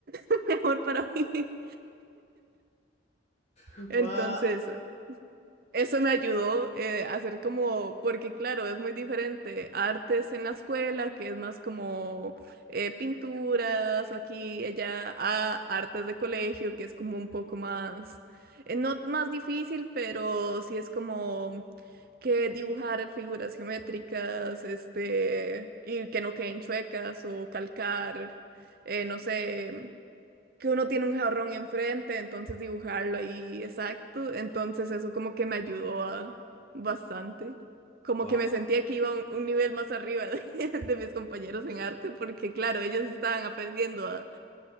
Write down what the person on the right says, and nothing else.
<laughs> mejor para mí.
Entonces,
Eso me ayudó eh, a hacer como, porque claro, es muy diferente. Artes en la escuela, que es más como eh, pinturas, aquí, allá, a artes de colegio, que es como un poco más, eh, no más difícil, pero sí es como que dibujar figuras geométricas, este, y que no queden chuecas o calcar, eh, no sé que uno tiene un jarrón enfrente, entonces dibujarlo ahí exacto. Entonces eso como que me ayudó a bastante. Como
que me sentía que iba un, un nivel más arriba de, <laughs> de mis compañeros en arte, porque claro, ellos estaban aprendiendo a,